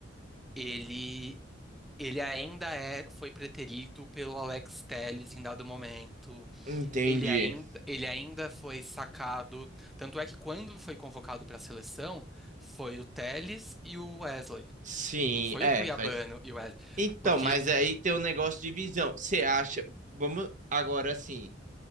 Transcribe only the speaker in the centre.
ele, ele ainda é, foi preterido pelo Alex Telles em dado momento.
Ele ainda, ele ainda foi sacado. Tanto é que quando foi convocado para a seleção, foi o Telles e o Wesley.
Não foi
o Cuiabano
e o Wesley.
Porque,